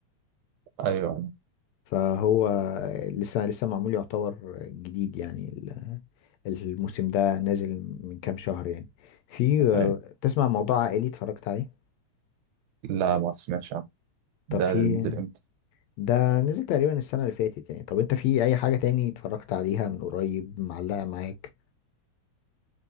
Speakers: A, on the right; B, on the left.
A: ايوه
B: فهو لسه لسه معمول يعتبر جديد يعني الموسم ده نازل من كام شهر يعني في آه،
A: ايوه
B: تسمع موضوع عائلي اتفرجت عليه
A: لا ما سمعتش عنه
B: طب
A: ده
B: في
A: نزل امتى
B: ده نزل تقريبا السنة اللي فاتت يعني طب انت في اي حاجة تاني اتفرجت عليها من قريب معلقة معاك